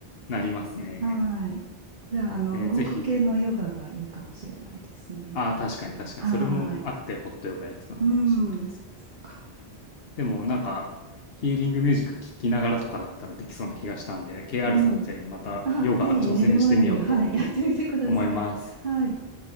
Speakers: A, on the left; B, on the right.
A: なりますね。
B: はい。じゃあ、あの、
A: えーぜひね。
B: 動く系のヨガがいいかもしれないですね。
A: ああ、確かに確かに。
B: はい。
A: それもあってホットヨガやってたのかもしれないですね。
B: うん。そっか。
A: でもなんかヒーリングミュージック聴きながらとかだったらできそうな気がしたんで、KR
B: うん。
A: さんみたいにまたヨガ挑戦してみようと
B: あ、ぜひ寝る前に、はい、やってみてください。
A: 思います。
B: はい。